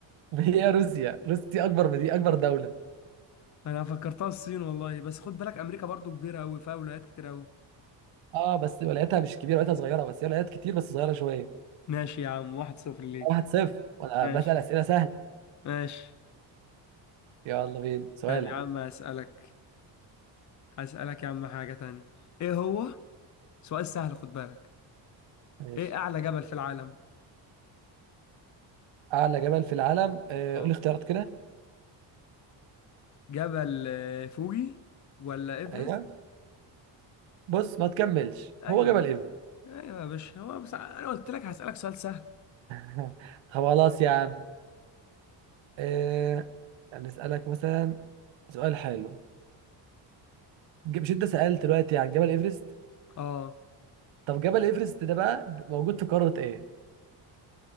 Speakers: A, on the right; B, on the left.
A: <laughs> هي روسيا روسيا اكبر من دي اكبر دوله
B: انا فكرتها الصين والله بس خد بالك امريكا برضو كبيرة قوي فيها ولايات كتير قوي
A: اه بس ولايتها مش كبيره ولايتها صغيره بس هي ولايات كتير بس صغيره شويه
B: ماشي يا عم واحد صفر ليك
A: واحد صفر وانا
B: ماشي
A: بسال اسئله سهله
B: ماشي
A: يلا بينا سؤالك
B: طب يا عم اسألك اسألك يا عم حاجة تانية ايه هو سؤال سهل خد بالك
A: ماشي
B: ايه اعلى جبل في العالم
A: أعلى جبل في العالم آه،
B: اه
A: قول لي اختيارات كده
B: جبل آه، فوجي ولا ايفرست
A: أيوه بص ما تكملش
B: ايوه
A: هو جبل إيفن
B: ايوه يا باشا هو بس انا قلت لك هسألك سؤال سهل
A: <laughs> طب خلاص يا عم آه، هنسألك مثلا سؤال حلو ج- مش أنت سألت دلوقتي عن جبل إيفرست
B: اه
A: طب جبل إيفرست ده بقى موجود في قارة إيه؟